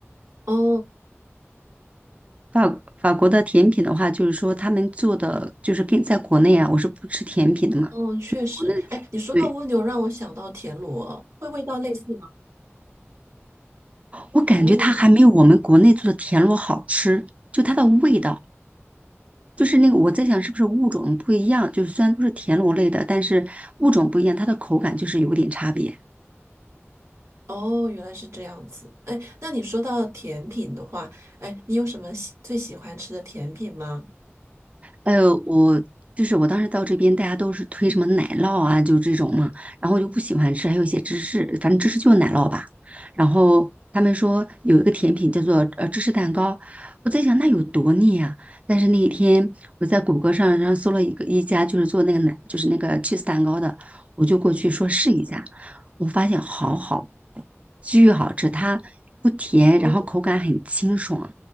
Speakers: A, on the right; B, on the right.
A: 哦
B: 法法国的甜品的话，就是说他们做的就是跟在国内啊，我是不吃甜品的嘛，
A: 哦，确实，
B: 国内的甜，
A: 哎，你说到蜗牛，
B: 对，
A: 让我想到田螺，会味道类似吗？
B: 我感觉它还没有我们国内做的田螺好吃，
A: 哦。
B: 就它的味道。就是那个，我在想是不是物种不一样，就是虽然都是田螺类的，但是物种不一样，它的口感就是有点差别。
A: 哦，原来是这样子。哎，那你说到甜品的话，哎，你有什么喜最喜欢吃的甜品吗？
B: 呃，我就是我当时到这边，大家都是推什么奶酪啊，就这种嘛，然后我就不喜欢吃，还有一些芝士，反正芝士就是奶酪吧。然后他们说有一个甜品叫做呃芝士蛋糕，我在想那有多腻啊？但是那一天我在谷歌上上搜了一个一家就是做那个奶就是那个 cheese 蛋糕的，我就过去说试一下，我发现好好，巨好吃，它不甜，
A: 哦
B: 然后口感很清爽。